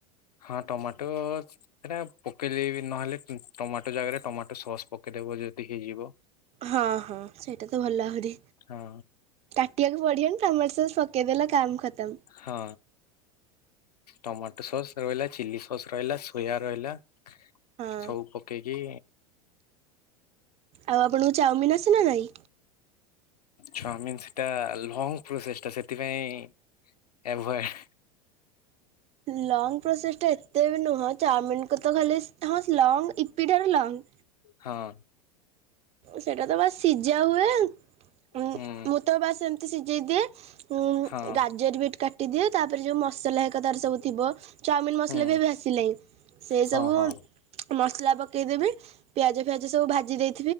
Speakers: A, on the left; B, on the right.
A: ହଁ ଟମାଟୋ ସେଟା ପକେଇଲେ ବି ନହେଲେ ଟମାଟୋ ଜାଗାରେ ଟମାଟୋ ସସ୍ ପକେଇଲେ ବି । ଯେତିକି ହେଇଯିବ।
B: ହଁ ହଁ ସେଇଟା ତ ଭଲ ଆହୁରି
A: ହଁ
B: କାଟିବାକୁ ପଡିବନି ଟମାଟୋ ସସ୍। ପକେଇଦେଲ କାମ ଖତମ।
A: ହଁ ଟମାଟୋ ସସ୍। ରହିଲା ଚିଲି ସସ୍ ରହିଲା ସୋୟା ରହିଲା ସବୁ
B: ହଁ
A: ପକେଇକି।
B: ଆଉ ଆପଣଙ୍କୁ ଚାଉମିିନ ଆସେ ନା ନାଇଁ।
A: ଚାଉମିନ ସେଟା ଲଙ୍ଗ ପ୍ରୋସେସ ଟା ସେଥିପାଇଁ। ଏଭୋଏ ହେ
B: ଲଙ୍ଗ ପ୍ରୋସେସ୍ ଟା ଏତେ ବି ନୁହଁ ଚାଓମିିନକୁ ତ ଖାଲି ସ ହଁ ଲଙ୍ଗ ଇପିଟାରୁ ଲଙ୍ଗ।
A: ହଁ।
B: ସେଟା ତ ବାସ ସିଝା ହୁଏ। ଉଁ,
A: ହୁଁ
B: ମୁଁ ତ ବାସ୍ ଏମତି ସିଝେଇଦିଏ। ଉଁ
A: ହଁ
B: ଗାଜର ବିଟ କାଟ କାଟି ଦିଏ ତାପରେ ଯୋଉ ମସଲା ହେ ତାର ସବୁ ଥିବ। ଚାଓମିନ ମସଲା
A: ହୁଁ
B: ବି ଏବେ ଆସିଲାଇଁ ସେ
A: ହଁ
B: ସବୁ
A: ହଁ
B: ମସଲା ପକେଇଦେବି। ପିଆଜ ଫିଆଜ ସବୁ ଭାଜି ଦେଇ